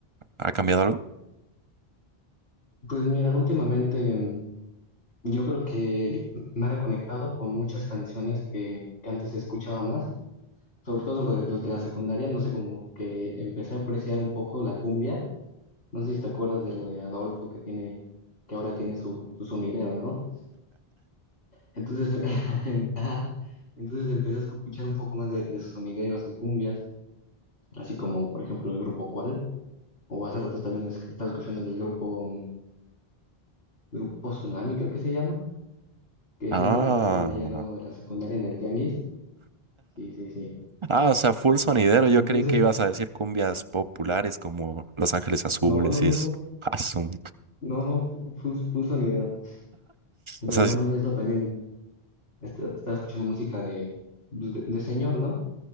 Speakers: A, on the right (about 40°); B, on the left (about 75°).
A: ¿Ha cambiado algo?
B: Pues mira, últimamente mm, yo creo que me ha reconectado con muchas canciones que, que antes escuchaba más, sobre todo los de, los de la secundaria, no sé, como que empecé a apreciar un poco la cumbia, no sé si te acuerdas de lo de Adolfo que tiene, que ahora tiene su, su sonidero, ¿no? Entonces, <laughs> ajá, entonces empecé a escuchar un poco más de, de sonideros, de cumbias, así como por ejemplo el grupo Cual, o hace rato también es- estaba escuchando el del grupo, mm, grupo Tsunami creo que se llama que
A: Ah.
B: siempre tocaban ahí al lado de la secundaria en el tianguis. Sí, sí, sí.
A: Ah, o sea, full sonidero. Yo
B: Entonces,
A: creí que ibas a decir cumbias populares como Los Ángeles Azules
B: no, no, no,
A: y eso.
B: no,
A: Ah, su-
B: no, no, full, full sonidero. Pero
A: O sea,
B: además
A: es
B: de eso también está- estaba escuchando música de, pues, de, de señor, ¿no?